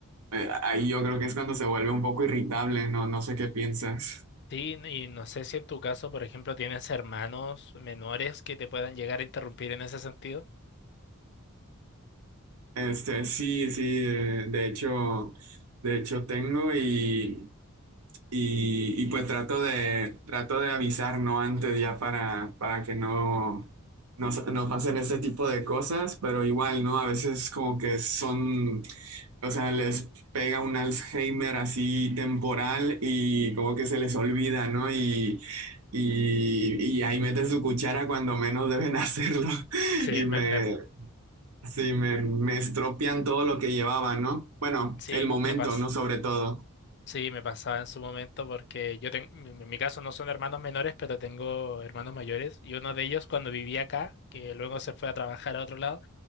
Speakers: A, on the right; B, on the left.
A: eh, ahí yo creo que es cuando se vuelve un poco irritable, ¿no? No sé qué piensas.
B: Sí, y no sé si en tu caso, por ejemplo, tienes hermanos menores que te puedan llegar a interrumpir en ese sentido.
A: Este, sí, sí, eh, de hecho, de hecho tengo y... Y, y pues trato de, trato de avisar, ¿no? Antes ya para, para que no, no, s- no pasen este tipo de cosas, pero igual, ¿no? A veces como que son, o sea, les pega un Alzheimer así temporal y como que se les olvida, ¿no? Y, y, y ahí meten su cuchara cuando menos deben hacerlo
B: Sí,
A: <laughs> y me,
B: me, me-
A: sí, me, me estropean todo lo que llevaba, ¿no? Bueno,
B: sí,
A: el momento,
B: me pas-
A: ¿no? Sobre todo.
B: sí, me pasaba en su momento porque yo tengo, en mi caso no son hermanos menores, pero tengo hermanos mayores y uno de ellos cuando vivía acá, que luego se fue a trabajar a otro lado,